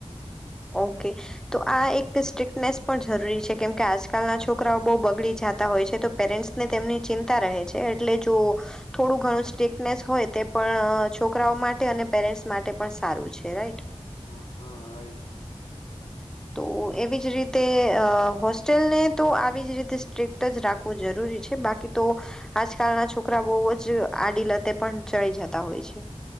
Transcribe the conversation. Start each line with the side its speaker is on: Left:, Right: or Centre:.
Centre: ઓકે તો આ એક એક સ્ટ્રીકનેસ પણ જરૂરી છે કેમકે આજકાલના છોકરાઓ બહુ બગડી જતા હોય છે તો પેરેન્ટ્સને તેમની ચિંતા રહે છે એટલે જો થોડું ઘણું સ્ટ્રકનેસ હોય તે પણ છોકરાઓ માટે અને પેરેન્ટ્સ માટે પણ સારું છે રાઈટ
Left: હા હા રાઈટ
Centre: તો એવી જ રીતે અ હોસ્ટેલને તો આવી જ રીતે સ્ટ્રક્ટ જ રાખવું જરૂરી છે બાકી તો આજકાલના છોકરા બહુ જ આડી લતે પણ ચડી જતા હોય છે